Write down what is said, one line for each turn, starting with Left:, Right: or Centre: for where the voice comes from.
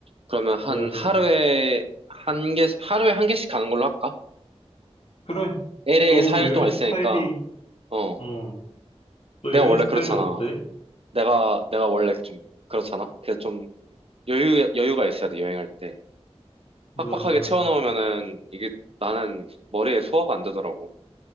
Right: 그러면 한
Left: 그래서,
Right: 하루에 한 개, 하루에 한 개씩 가는 걸로 할까?
Left: 그래.
Right: LA에
Left: 또
Right: 4일
Left: 여행
Right: 동안
Left: 스타일이,
Right: 있으니까, 어,
Left: 어, 또
Right: 내가
Left: 여행
Right: 원래
Left: 스타일이
Right: 그렇잖아.
Left: 어때?
Right: 내가, 내가 원래 좀 그렇잖아? 그래서 좀 여유, 여유가 있어야 돼, 여행할 때.
Left: 맞아,
Right: 빡빡하게
Left: 맞아.
Right: 채워놓으면은 이게 나는 머리에 소화가 안 되더라고.